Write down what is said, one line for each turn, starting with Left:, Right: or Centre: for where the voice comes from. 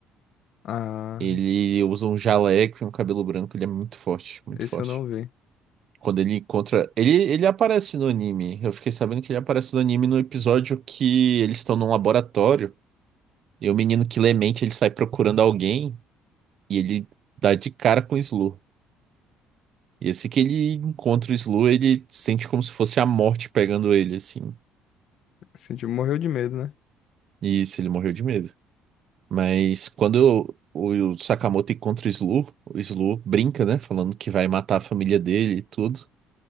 Left: Ah,
Right: Ele usa um jaleco e um cabelo branco. Ele é muito forte, muito
Left: esse
Right: forte.
Left: eu não vi.
Right: Quando ele encontra. Ele, ele aparece no anime. Eu fiquei sabendo que ele aparece no anime no episódio que eles estão num laboratório. E o menino que lê mente, ele sai procurando alguém. E ele dá de cara com o Slu. E assim que ele encontra o Slu, ele sente como se fosse a morte pegando ele, assim.
Left: Assim, tipo, morreu de medo, né?
Right: E isso, ele morreu de medo. Mas quando o, o Sakamoto encontra o Slu, o Slu brinca, né? Falando que vai matar a família dele e tudo.